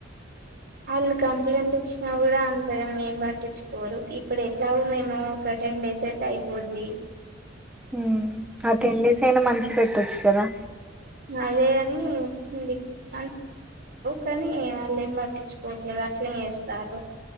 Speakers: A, on the right; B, in the centre.
A: వాళ్ళు కంప్లైంట్ ఇచ్చినా కూడా అంతగా మేం పట్టించుకోరు ఇప్పుడు ఎట్లా మేము టెన్ డేస్ అయితే అయిపోద్ది
B: మ్మ్ ఆ టెన్ డేస్ అయినా మంచి పెట్టొచ్చు కదా
A: అదే <unintelligible> కానీ వాళ్ళు ఏం పట్టిచ్చుకోవట్లేదు అట్లే చేస్తారు